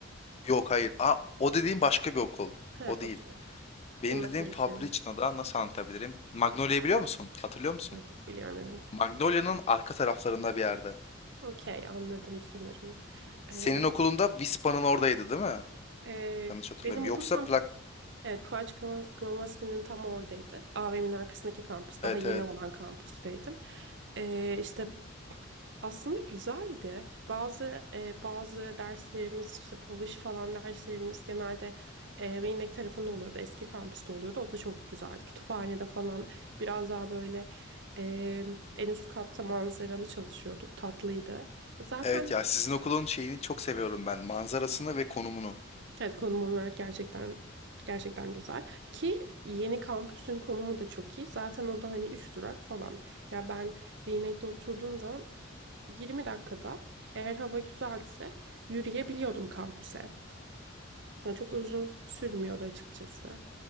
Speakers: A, on the left (about 30°); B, on the right (about 60°).
A: Yok hayır. Aa, o dediğim başka bir okul.
B: He,
A: O değil.
B: okey.
A: Benim
B: Onunla
A: dediğim
B: karıştırdım.
A: Fabricna'da nasıl anlatabilirim? Magnolia'yı biliyor musun? Hatırlıyor musun?
B: Biliyorum, biliyorum evet.
A: Magnolia'nın arka taraflarında bir yerde.
B: Okey, anladım sanırım.
A: Senin
B: Ee,
A: okulunda Vispa'nın oradaydı değil mi?
B: e,
A: Yanlış hatırlamıyorum.
B: benim okulum
A: Yoksa
B: tam,
A: plak...
B: evet Fuaç Gromas- Gromaski'nin tam oradaydı. AVM'nin arkasındaki kampüs, daha
A: Evet
B: yeni
A: evet.
B: olan kampüsteydim. Ee, işte aslında güzeldi. Bazı e, bazı derslerimiz işte Polish falan derslerimiz genelde e, Reynek tarafında oluyordu. Eski kampüste oluyordu. O da çok güzeldi. Kütüphanede falan biraz daha böyle e, en üst katta manzaralı çalışıyorduk. Tatlıydı. Zaten
A: Evet ya sizin okulun şeyini çok seviyorum ben. Manzarasını ve konumunu.
B: Evet konum olarak gerçekten gerçekten güzel ki yeni kampüsün konumu da çok iyi. Zaten o da hani 3 durak falan. Ya ben Reynek'te oturduğum zaman 20 dakikada eğer hava güzelse yürüyebiliyordum kampüse. Yani çok uzun sürmüyordu açıkçası.